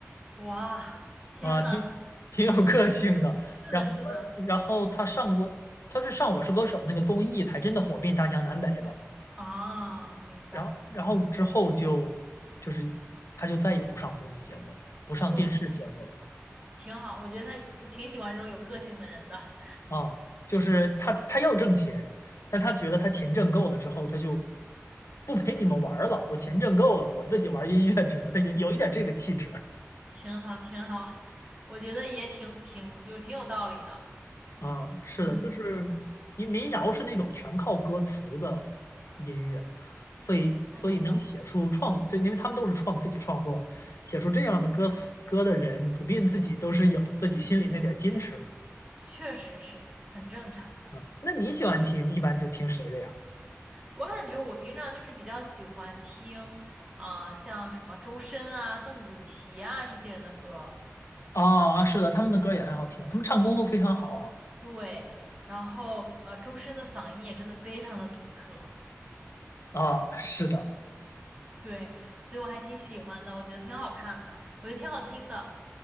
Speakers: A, on the right; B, on the left.
A: 哇，天呐，
B: 啊，挺挺有个性的。
A: 是的，
B: 然后，
A: 是的，
B: 然后他上过，他是上《我是歌手》那个综艺，才真的火遍大江南北了。
A: 啊，明白，
B: 然后，然后之后就就是他就再也不上综艺节目了，不上电视节目了。
A: 哇塞，挺好。我觉得他，我挺喜欢这种有个性的人的，
B: 啊，就是他他要挣钱，但他觉得他钱挣够了之后，他就不陪你们玩儿了，我钱挣够了，我自己玩儿音乐去了。但有有一点这个气质
A: 挺好，挺好。我觉得也挺挺，就是挺有道理的。
B: 啊，是的，
A: 嗯
B: 就是民民谣是那种全靠歌词的音乐，所以所以能写出创，
A: 嗯嗯，哦
B: 对，因为他们都是创自己创作，写出这样的歌词歌的人，普遍自己都是有自己心里那点矜持的
A: 确实是很正常。
B: 嗯，那你喜欢听，一般就听谁的呀？
A: 我感觉我平常就是比较喜欢听啊、像什么周深啊、邓紫棋啊这些人的歌。
B: 啊啊，是的，他们的歌也很好听，他们唱功都非常好啊。
A: 对，然后呃，周深的嗓音也真的非常的独特，
B: 啊，是的，
A: 对，所以我还挺喜欢的，我觉得挺好看的，我觉得挺好听的。